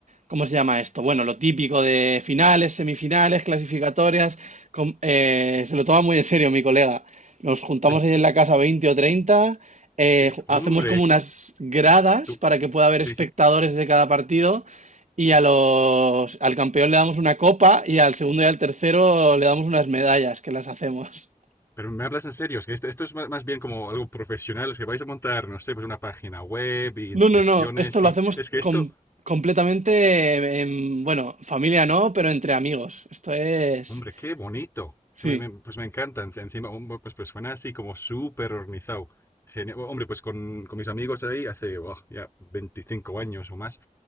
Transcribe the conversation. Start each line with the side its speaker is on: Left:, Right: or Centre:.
Right: ¿Cómo se llama esto? Bueno, lo típico de finales, semifinales, clasificatorias. com- eh, se lo toma muy en serio mi colega. Nos juntamos
Left: sí,
Right: ahí en la casa 20 o 30, eh,
Left: sí, sí.
Right: ju-
Left: Hombre,
Right: hacemos como unas gradas
Left: tú.
Right: para que pueda haber
Left: Sí,
Right: espectadores
Left: sí.
Right: de cada partido y a los, al campeón le damos una copa y al segundo y al tercero le damos unas medallas que las hacemos.
Left: Pero me hablas en serio, es que este- esto es ma- más bien como algo profesional, es que vais a montar, no sé, pues una página web y inscripciones
Right: No, no, no, esto lo
Left: y
Right: hacemos
Left: es que
Right: com-
Left: esto,
Right: completamente, em, bueno, familia no, pero entre amigos. Esto es...
Left: hombre, qué bonito.
Right: Sí.
Left: Es que me- me- pues me encanta, enci- encima, hombre, pues, pues suena así como súper organizado. Genial. Hombre, pues con, con mis amigos ahí hace, buah, ya 25 años o más